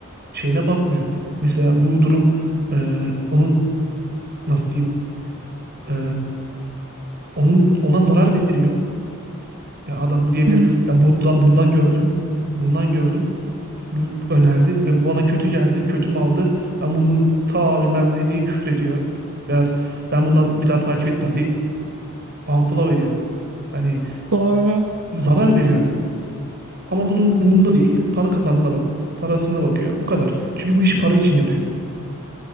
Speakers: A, on the right; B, on the right.
A: şeyine bakmıyor. Mesela bu durum e, onun nasıl diyeyim e, onun ona zarar veriyor. Ya adam diyebilir
B: Hı hı.
A: ya bu da bundan gördüm. Bundan gördüm. bu önerdi ve bu bana kötü geldi. Kötüm aldı. Ben bunun ta bilmem ne diye küfür ediyor. Veya ben bundan bir daha takip etmem diye unfollow ediyor. Hani
B: Doğru.
A: zarar veriyor. Ama bunun umurunda değil. Para kazandığına bak. Parasına bakıyor. O kadar. Çünkü bu işi para için yapıyor.